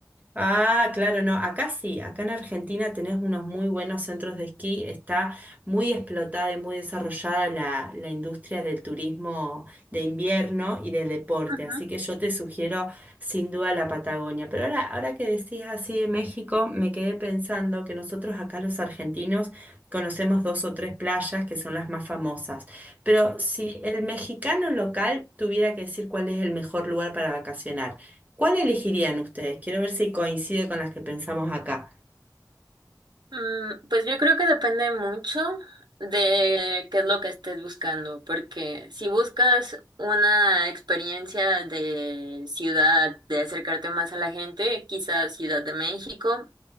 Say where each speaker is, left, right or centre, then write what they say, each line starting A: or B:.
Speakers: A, on the right; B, on the right.
A: Ah, claro, no, acá sí, acá en Argentina tenés unos muy buenos centros de esquí, está muy explotada y muy desarrollada la, la industria del turismo de invierno y del deporte,
B: Ajá.
A: así que yo te sugiero sin duda la Patagonia. Pero ahora, ahora que decís así de México, me quedé pensando que nosotros acá los argentinos conocemos dos o tres playas que son las más famosas, pero si el mexicano local tuviera que decir cuál es el mejor lugar para vacacionar. ¿Cuál elegirían ustedes? Quiero ver si coincide con las que pensamos acá.
B: Mm, pues yo creo que depende mucho de qué es lo que estés buscando, porque si buscas una experiencia de ciudad, de acercarte más a la gente, quizás Ciudad de México.